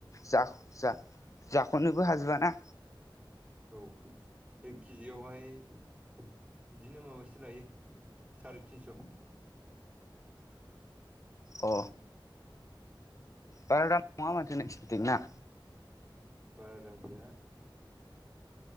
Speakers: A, on the left; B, on the right.
A: जा जाख'नोबो हाजोबआना।
B: औ बे केजियावहाय बिदिनो माबासे लायो साराय तिनस'
A: अ
B: उ
A: बारा दाम नंआ माथो नोंसोरनिथिं ना?
B: बार दाम गैया।